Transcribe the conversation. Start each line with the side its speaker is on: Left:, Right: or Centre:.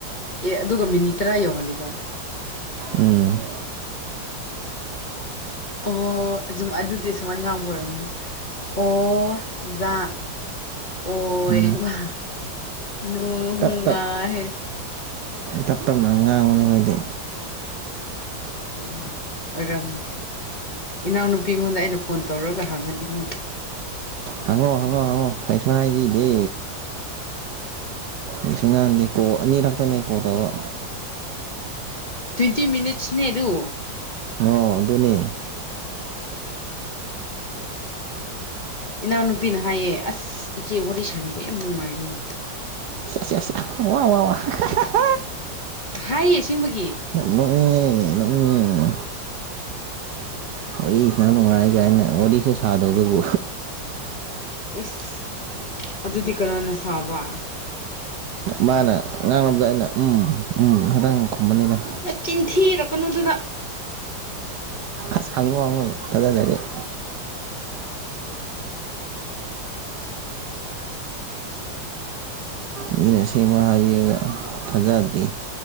Left: ꯑꯦ ꯑꯗꯨꯒ ꯃꯤꯅꯤꯠ ꯇꯔꯥ ꯌꯧꯍꯜꯂꯤꯕ ꯫
Right: ꯎꯝ
Left: ꯑꯣ ꯑꯗꯨꯨꯝ ꯑꯗꯨꯗꯤ ꯁꯨꯃꯥꯏꯅ ꯉꯥꯡꯕ ꯑꯣꯏꯔꯝꯅꯤ ꯑꯣꯖꯥ ꯑꯣ
Right: ꯎꯝ
Left: ꯏꯃꯥ ꯅꯨꯡꯉꯥꯏꯍꯦ
Right: ꯇꯞ ꯇꯞ ꯇꯞ ꯇꯞꯅ ꯉꯥꯡꯕꯅꯤ ꯑꯩꯈꯣꯏꯗꯤ
Left: <inaudible> ꯑꯣꯏꯔꯝ ꯏꯅꯥꯎꯅꯨꯄꯤꯉꯣꯟꯗ ꯑꯩꯅ ꯐꯣꯟ ꯇꯧꯔꯒ ꯍꯪꯉꯗꯤ ꯅꯪ
Right: ꯍꯪꯉꯣ ꯍꯪꯉꯣ ꯍꯪꯉꯣ ꯀꯩꯁꯨ ꯍꯥꯏꯕꯤꯗꯦ ꯌꯦꯁꯨ ꯉꯥꯟꯗꯦꯀꯣ ꯑꯅꯤꯔꯛꯇꯅꯦ ꯀꯣꯜ ꯇꯧꯕ
Left: ꯇ꯭ꯋꯦꯟꯇꯤ ꯃꯤꯅꯤꯠꯁꯅꯦ ꯑꯗꯨ
Right: ꯑꯣ ꯑꯗꯨꯅꯤ
Left: ꯏꯅꯥꯎꯅꯨꯄꯤꯅ ꯍꯥꯏꯌꯦ ꯑꯁ ꯏꯆꯦ ꯋꯥꯔꯤ ꯁꯥꯟꯅꯕ ꯌꯥꯝ ꯅꯨꯡꯉꯥꯏꯈꯤ
Right: <unintelligible>
Left: ꯍꯥꯏꯌꯦ ꯑꯁꯦꯡꯕꯒꯤ
Right: ꯅꯣꯛꯅꯤꯡꯏ ꯅꯣꯛꯅꯤꯡꯏ ꯋꯥꯔꯤ ꯁꯥꯟꯅꯩ ꯅꯨꯡꯉꯥꯏ ꯀꯥꯏꯅ ꯋꯥꯔꯤꯁꯨ ꯁꯥꯗꯕꯗꯨꯕꯨ
Left: ꯏꯁ ꯑꯗꯨꯗꯤ ꯀꯅꯥꯅ ꯁꯥꯕ
Right: ꯃꯥꯅ ꯉꯥꯡꯅꯕꯗ ꯑꯩꯅ ꯎꯝ ꯎꯝ ꯈꯛꯇꯪ ꯈꯨꯝꯕꯅꯤꯗ
Left: ꯅꯥꯆꯤꯟꯊꯤꯔꯛꯀꯅꯨꯗꯨꯗ
Right: ꯑꯁ ꯍꯪꯉꯣ ꯍꯦꯉꯣ ꯊꯥꯖꯗ꯭ꯔꯗꯤ ꯫ ꯃꯤꯅ ꯑꯁꯦꯡꯕ ꯍꯥꯏꯕꯤꯔꯒ ꯊꯥꯖꯗꯦ